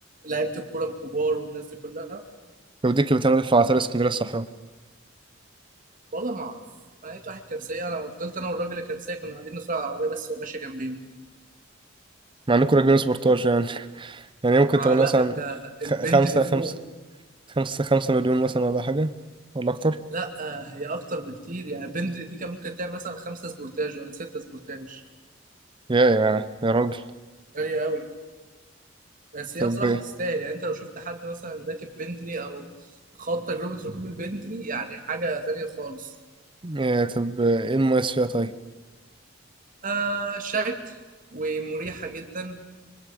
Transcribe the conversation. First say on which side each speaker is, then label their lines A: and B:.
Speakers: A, on the right; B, on the right.
A: لعيبة الكورة الكبار والناس دي كلها
B: لو دي كانت بتعمل في عطار اسكندريه الصحراء
A: والله ما أعرف أنا لقيت واحد كان سايق أنا فضلت أنا والراجل اللي كان سايق كنا قاعدين نتفرج على العربية بس ماشية جنبينا
B: مع انكم راكبين سبورتاج يعني <laughs> يعني ممكن
A: آه
B: تمن
A: لا
B: مثلا
A: أنت البنت
B: خ- خمسة
A: اللي فوق
B: خمسة خمسة خمسة مليون مثلا ولا حاجة ولا أكتر
A: لا آه، هي أكتر بكتير يعني البنت دي كان ممكن تعمل مثلا خمسة سبورتاج ولا ستة سبورتاج
B: يا يا يا راجل
A: غالية قوي بس هي
B: طب
A: بصراحة
B: إيه
A: تستاهل يعني انت لو شفت حد مثلا راكب بنتلي او خاض تجربة ركوب البنتلي يعني حاجة تانية خالص
B: يا طب إيه المميز فيها طيب؟
A: آه شكل ومريحة جدا